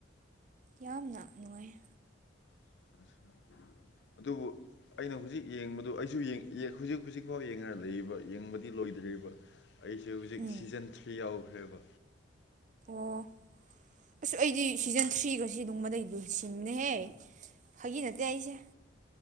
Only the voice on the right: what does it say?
ꯌꯥꯝꯅꯥ ꯅꯨꯡꯉꯥꯏꯌꯦ
ꯎꯝ
ꯑꯣ ꯑꯁ ꯑꯩꯗꯤ ꯁꯤꯖꯟ ꯊ꯭ꯔꯤꯒꯁꯤ ꯗꯨꯝꯃꯗꯩ ꯂꯣꯏ ꯁꯤꯟꯕꯅꯦꯍꯦ ꯐꯥꯒꯤ ꯅꯠꯇꯦ ꯑꯩꯖꯦ